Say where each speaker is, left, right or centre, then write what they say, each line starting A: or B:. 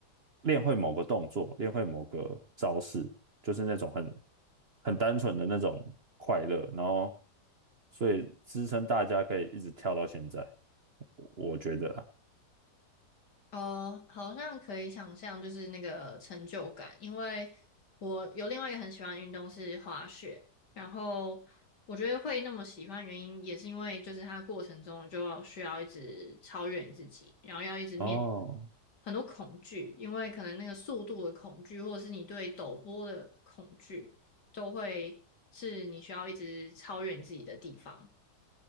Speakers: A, on the right (about 40°); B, on the left (about 70°).
A: 练会某个动作，练会某个招式，就是那种很很单纯的那种快乐。然后所以支撑大家可以一直跳到现在，我我觉得啊
B: 哦，好像可以想象，就是那个成就感，因为我有另外一个很喜欢的运动是滑雪，然后我觉得会那么喜欢，原因也是因为就是它过程中就要需要一直超越你自己，然后要一直面
A: 哦。
B: 很多恐惧，因为可能那个速度的恐惧，或者是你对陡坡的恐惧，都会是你需要一直超越你自己的地方。